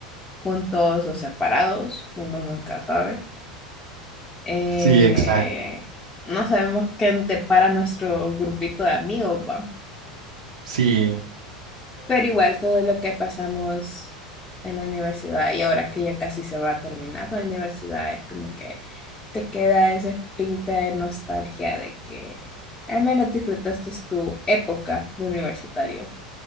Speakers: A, on the left; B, on the right.
A: juntos o separados, uno nunca sabe. eh,
B: sí, exacto.
A: no sabemos qué depara nuestro grupito de amigos, va.
B: Sí.
A: Pero igual todo lo que pasamos en la universidad y ahora que ya casi se va a terminar la universidad, es como que te queda esa espinita de nostalgia de que al menos disfrutaste tu época de universitario.